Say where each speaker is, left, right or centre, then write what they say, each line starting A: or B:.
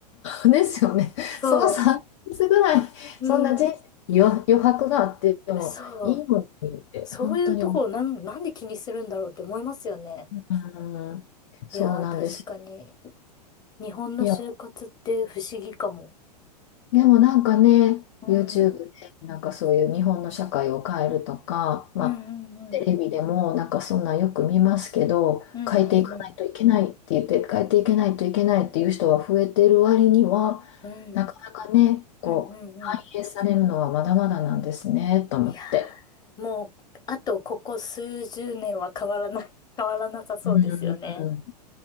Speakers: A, on the left; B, on the left.
A: いですよね。
B: そう。
A: その3ヶ月ぐらい、
B: うん。
A: そんな人生に余、余白があってもいいのにって、
B: そう。そういうところなん、
A: 本当に思
B: なんで気にするんだろうって思いますよね。
A: うん、そうなんです。
B: いやー、確かに。日本の就活って不思議かも。
A: いや、でもなんかね、
B: うん。
A: YouTube でなんかそういう日本の社会を変えるとか、まあ、
B: うんうんうん。
A: テレビでもなんかそんなんよく見ますけど、
B: うんうんうん。
A: 変えていかないといけないって言って、変えていけないといけないっていう人は増えてる割には、
B: うん
A: なかなかね、こう、
B: うんうんうん。
A: 反映されるのはまだまだなんですね、と思って。
B: いやー、もう、あとここ数十年は変わらない、<laughs> 変わらなさそうですよね。
A: うん、